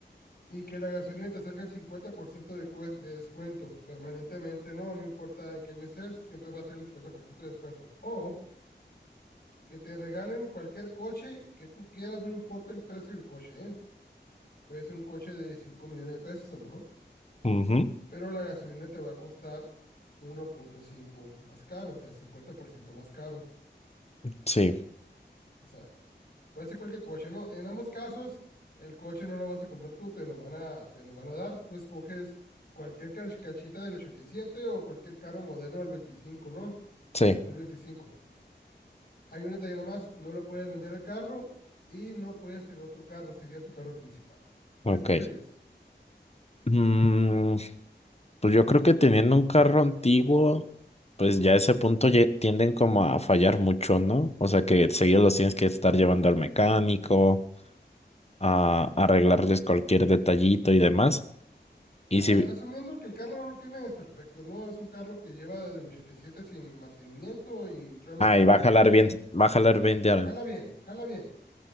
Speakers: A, on the left; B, on the left.
A: Y que la gasolina te salga el 50% de, cues- de descuento permanentemente, no, no importa en qué año estés, siempre va a ser el 50% de descuento. O Que te regalen cualquier coche que tú quieras, no importa el precio del coche, ¿eh? Puede ser un coche de 5 millones de pesos a lo mejor,
B: Ujú.
A: pero la gasolina te va a costar uno punto cinco más caro, o sea, 50% más caro.
B: Sí,
A: O sea, puede ser cualquier coche, ¿no? En ambos casos, el coche no lo vas a comprar tú, te lo van a, te lo van a dar. Tú escoges cualquier cachita del 87 o cualquier carro moderno del veinticinco ¿no?
B: sí,
A: dos mil veinticinco Hay un detalle nomás, no lo puedes vender el carro y no puedes tener otro carro, sería tu carro principal.
B: ok.
A: ¿Qué escogerías?
B: Mm, pues yo creo que teniendo un carro antiguo, pues ya a ese punto ye- tienden como a fallar mucho, ¿no? O sea que seguido los tienes que estar llevando al mecánico, a arreglarles cualquier detallito y demás. Y si...
A: As- asumiendo que el carro no lo tiene desperfectos, ¿no? Es un carro que lleva desde el 87 sin mantenimiento y realmente
B: Ah,
A: no
B: y
A: lo
B: va
A: va a
B: a
A: ocupar.
B: jalar bien, va a jalar bien de ara-
A: Jala bien, jala bien.